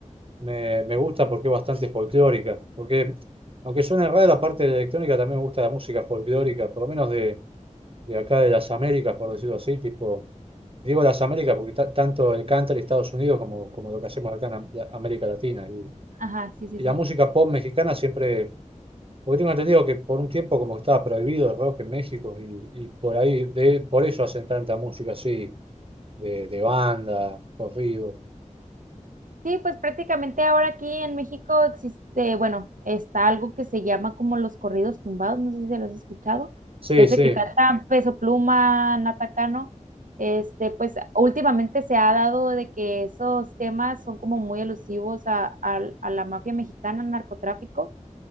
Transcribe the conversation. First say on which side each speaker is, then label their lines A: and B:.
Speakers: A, on the right (about 45°); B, on the right (about 90°).
A: Me, me gusta porque es bastante folclórica. Porque, aunque suene rara la parte de la electrónica, también me gusta la música folclórica, por lo menos de, de acá de las Américas, por decirlo así. Tipo, digo las Américas porque ta- tanto el country de Estados Unidos como, como lo que hacemos acá en Am- la- América Latina. Y,
B: Ajá, sí, sí,
A: y la
B: sí.
A: música pop mexicana siempre. Porque tengo entendido que por un tiempo como que estaba prohibido el rock en México y, y por ahí, de, por eso hacen tanta música así, de, de banda, corrido.
B: Sí, pues prácticamente ahora aquí en México existe, bueno, está algo que se llama como los corridos tumbados, no sé si se los has escuchado,
A: Sí,
B: ese
A: sí.
B: que cantan Peso Pluma, Nata Cano, este, pues últimamente se ha dado de que esos temas son como muy elusivos a, a- a la mafia mexicana, al narcotráfico,